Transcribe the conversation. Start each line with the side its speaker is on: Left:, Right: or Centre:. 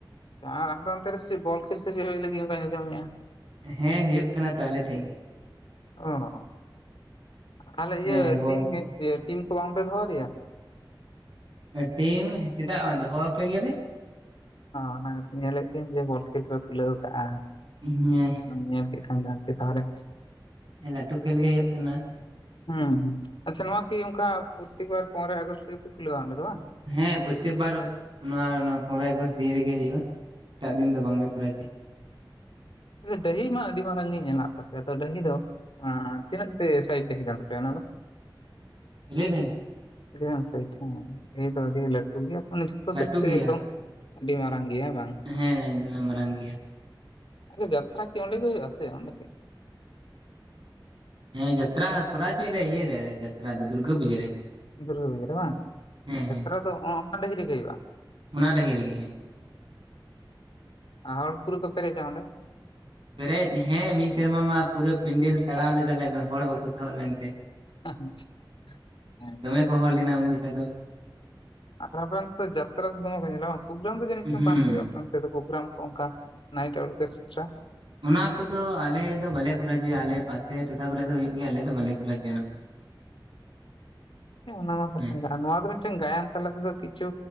Left: ᱟᱨ ᱟᱯᱮ ᱚᱱᱛᱮᱨᱮ ᱥᱮ ᱵᱚᱞ ᱠᱷᱮᱞ ᱥᱮ ᱪᱮᱫ ᱦᱳᱭᱳᱜ ᱞᱟᱜᱤᱹᱜ ᱚᱱᱠᱟ ᱟᱧᱡᱚᱢ ᱮᱜ ᱼᱟ
Right: ᱦᱮᱸ ᱦᱳᱭᱳᱜ ᱠᱟᱱᱟ ᱛᱚ ᱟᱞᱮ ᱴᱷᱮᱡ ᱜᱮ
Left: ᱚ ᱛᱟᱦᱚᱞᱮ
Right: ᱦᱮᱸ
Left: ᱤᱭᱟᱹ
Right: ᱵᱚᱞ
Left: ᱴᱤᱢ ᱴᱤᱢ ᱠᱚ ᱵᱟᱝᱯᱮ ᱫᱚᱦᱚ ᱟᱞᱮᱭᱟ
Right: ᱴᱤᱢ ᱪᱮᱫᱟᱜ ᱵᱟᱝ ᱫᱚᱦᱚᱣᱟᱯᱮ ᱜᱮᱭᱟᱞᱮ
Left: ᱚᱱᱟ ᱜᱮ ᱛᱚ ᱧᱮᱞᱮᱜ ᱯᱤᱭᱟᱹᱧ ᱡᱮ ᱵᱚᱞ ᱠᱷᱮᱞ ᱯᱮ ᱠᱷᱩᱞᱟᱹᱣ ᱠᱟᱜ-ᱟ
Right: ᱦᱮᱸ
Left: ᱧᱮᱞ ᱠᱮᱫ ᱠᱷᱟᱱ ᱞᱮ ᱦᱟᱯᱮ ᱛᱟᱦᱞᱮ
Right: ᱞᱟᱹᱴᱩ ᱠᱷᱮᱞ ᱜᱮ ᱦᱩᱭᱩᱜ ᱠᱟᱱᱟ
Left: ᱦᱩᱸ ᱦᱩᱸ ᱟᱪᱪᱷᱟ ᱱᱚᱣᱟ ᱠᱤ ᱚᱱᱠᱟ ᱯᱨᱚᱛᱛᱮᱠ ᱵᱟᱨ ᱯᱚᱱᱮᱨᱚᱭ ᱟᱜᱚᱥᱴ ᱨᱮᱜᱯᱮ ᱠᱷᱩᱞᱟᱹᱣᱟ ᱚᱸᱰᱮ ᱫᱚ ᱵᱟᱝ?
Right: ᱦᱮᱸ ᱯᱨᱚᱛᱛᱮᱠ ᱵᱟᱨ ᱚᱱᱟ ᱯᱚᱱᱮᱨᱚᱭ ᱟᱜᱚᱥᱴ ᱫᱤᱱ ᱨᱮᱜᱮ ᱦᱩᱭᱩᱜᱼᱟ ᱮᱴᱟᱜ ᱫᱤᱱ ᱫᱚ ᱵᱟᱝᱞᱮ ᱠᱚᱨᱟᱣ ᱦᱚᱪᱚᱭᱟ
Left: ᱰᱟᱹᱦᱤ ᱢᱟ ᱟᱹᱰᱤ ᱢᱟᱨᱟᱝ ᱜᱮ ᱢᱮᱱᱟᱜ ᱛᱟᱯᱮᱭᱟ ᱰᱟᱹᱦᱤ ᱫᱚ ᱛᱤᱱᱟᱹᱜ ᱥᱮ ᱥᱟᱭᱤᱰ ᱛᱮᱦᱮᱸ ᱠᱟᱱ ᱛᱟᱯᱮᱭᱟ ᱚᱱᱟ ᱫᱚ
Right: ᱤᱞᱮᱭᱵᱷᱮᱱ
Left: ᱤᱞᱮᱵᱷᱮᱱ ᱥᱟᱭᱤᱴ ᱦᱮ ᱦᱸᱮ ᱫᱚ ᱟᱹᱰᱤ ᱞᱟᱹᱴᱩ ᱜᱮᱭᱟ ᱛᱮ ᱡᱷᱚᱛᱚ
Right: ᱞᱟᱹᱴᱩ
Left: ᱥᱮᱫ ᱛᱮᱜᱮ
Right: ᱜᱮᱭᱟ
Left: ᱮᱠᱫᱚᱢ ᱟᱹᱰᱤ ᱢᱟᱨᱟᱝ ᱜᱮᱭᱟ ᱦᱮᱸ ᱵᱟᱝ
Right: ᱦᱮᱸ ᱫᱚᱢᱮ ᱢᱟᱨᱟᱝ ᱜᱮᱭᱟ
Left: ᱟᱪᱪᱷᱟ ᱡᱟᱛᱨᱟ ᱠᱤ ᱚᱸᱰᱮ ᱜᱮ ᱦᱩᱭᱩᱜ-ᱟ ᱥᱮ ᱚᱸᱰᱮ ᱜᱮ
Right: ᱦᱮᱸ ᱡᱟᱛᱨᱟ ᱠᱚᱨᱟᱣ ᱦᱚᱪᱚᱭᱟᱞᱮ ᱤᱭᱟᱹ ᱨᱮ ᱡᱟᱛᱨᱟ ᱫᱚ ᱫᱩᱨᱜᱟᱹ ᱯᱩᱡᱟᱹ ᱨᱮ
Left: ᱫᱩᱨᱜᱟᱹ ᱯᱩᱡᱟ ᱨᱮ ᱵᱟᱝ
Right: ᱦᱮᱸ
Left: ᱡᱟᱛᱨᱟ
Right: ᱦᱮᱸ
Left: ᱫᱚ ᱚᱱᱠᱟᱱ ᱰᱟᱹᱦᱤ ᱨᱮ ᱜᱮ ᱦᱩᱭᱩᱜᱼᱟ
Right: ᱚᱱᱟ ᱰᱟᱹᱦᱤ ᱨᱮᱜᱮ ᱦᱮᱸ
Left: ᱦᱚᱲ ᱯᱩᱨᱳ ᱠᱚ ᱯᱮᱨᱮᱡᱟ ᱚᱰᱮ?
Right: ᱯᱮᱨᱮᱡ ᱦᱮᱸ ᱢᱤᱫ ᱥᱮᱨᱢᱟ ᱢᱟ ᱯᱩᱨᱟᱹ ᱯᱤᱱᱰᱮᱞ ᱛᱟᱲᱟᱣ ᱞᱮᱫᱟᱞᱮ ᱦᱚᱲ ᱵᱟᱠᱚ ᱥᱟᱦᱟᱵ ᱞᱮᱱᱛᱮ
Left: ᱟᱪᱪᱷᱟ ᱦᱮᱸ
Right: ᱫᱚᱢᱮ ᱠᱚ ᱦᱚᱲ ᱞᱮᱱᱟ ᱩᱱ ᱡᱚᱠᱷᱟ ᱫᱚ
Left: ᱟᱨ ᱟᱯᱮ ᱚᱱᱛᱚ ᱫᱚ ᱡᱟᱛᱨᱟ ᱫᱚᱢᱮ ᱠᱚ ᱧᱮᱞᱟ ᱵᱟᱝ ᱯᱨᱳᱜᱨᱟᱢ ᱫᱚ ᱡᱟᱹᱱᱤᱡ ᱪᱚᱝ
Right: ᱦᱩᱸ
Left: ᱵᱟᱝ ᱦᱩᱭᱩᱜᱼᱟ ᱟᱯᱮ ᱚᱱᱛᱮ ᱟᱯᱮ ᱫᱚ ᱯᱨᱳᱜᱨᱟᱢ ᱠᱚ ᱚᱱᱠᱟ ᱱᱟᱭᱤᱴ ᱚᱨᱠᱮᱥᱴᱨᱟ
Right: ᱚᱱᱟ ᱠᱚᱫᱚ ᱟᱞᱮ ᱫᱚ ᱵᱟᱞᱮ ᱠᱚᱨᱟᱣ ᱦᱚᱪᱚᱭᱟ ᱟᱞᱮ ᱯᱟᱥᱮ ᱴᱚᱴᱷᱟ ᱠᱚᱨᱮ ᱫᱚ ᱦᱩᱭᱩᱜ ᱜᱮᱭᱟ ᱟᱞᱮ ᱫᱚ ᱵᱟᱞᱮ ᱠᱚᱨᱟᱣ ᱦᱚᱪᱚᱭᱟ ᱚᱱᱟ
Left: ᱚ ᱚᱱᱟ ᱢᱟ ᱛᱟᱦᱮᱸᱱ
Right: ᱦᱮᱸ
Left: ᱠᱟᱱᱟ ᱱᱚᱣᱟ ᱫᱚ ᱢᱤᱫᱴᱮᱱ ᱜᱟᱭᱟᱱ ᱛᱟᱞᱟ ᱛᱮ ᱫᱚ ᱠᱤᱪᱷᱩ